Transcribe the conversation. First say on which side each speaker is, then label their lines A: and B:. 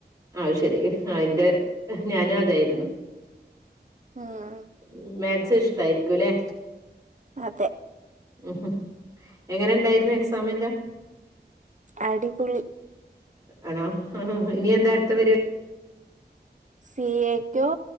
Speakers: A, on the right; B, on the right.
A: അത് ശെരി ആഹ് ഇന്റെ ഞാനും അതായിരുന്നു
B: ഉം
A: മ്മ് മാക്ക്സ് ഇഷ്ടാരിക്കുലേ
B: അതെ
A: ഉം എങ്ങനെണ്ടായിരുന്നു എക്സാമെല്ലാം
B: അടിപൊളി
A: ആണോ ഇനി എന്താ അടുത്ത പരിപാ
B: സി എക്കോ